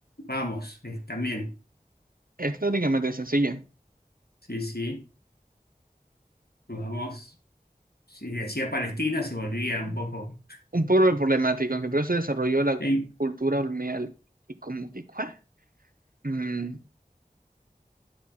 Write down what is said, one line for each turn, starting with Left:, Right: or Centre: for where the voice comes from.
Left: vamos, eh, también.
Right: Es técnicamente sencilla.
Left: Sí, sí, vamos. Si decía Palestina, se volvía un poco.
Right: Un pueblo problemático, aunque primero se desarrolló la
Left: ¿En-
Right: cultura olmeal. Y como que, ¿cuál? Mm.